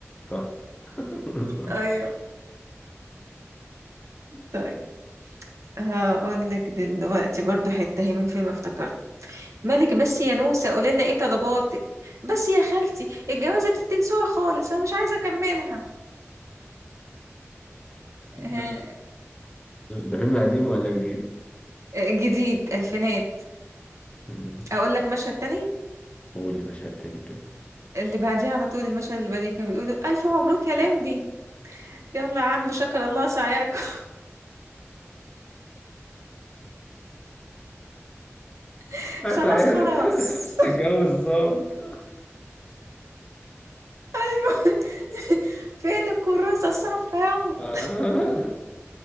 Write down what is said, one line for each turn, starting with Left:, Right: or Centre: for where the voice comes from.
Left: صح <laughs>
Right: ايوه طيب هقول لك دلوقتي برضو حتة هي من فيلم افتكرت مالك بس يا نوسة قولي لنا ايه طلباتك بس يا خالتي الجوازة دي تنسوها خالص انا مش عايزة اكملها آه،
Left: صح ده فيلم قديم ولا جديد؟
Right: جديد الفينات
Left: مم.
Right: اقول لك مشهد تاني
Left: قولي مشهد تاني كده
Right: اللي بعديه على طول المشهد اللي بعديه كانوا بيقولوا الف مبروك يا لمبي يلا يا عم شكر الله سعيكم <laughs> خلاص
Left: سعيد
Right: خلاص
Left: <laughs> تتجوز ظابط
Right: <laughs> فين الكراسة الصفرا يا عمو
Left: آه.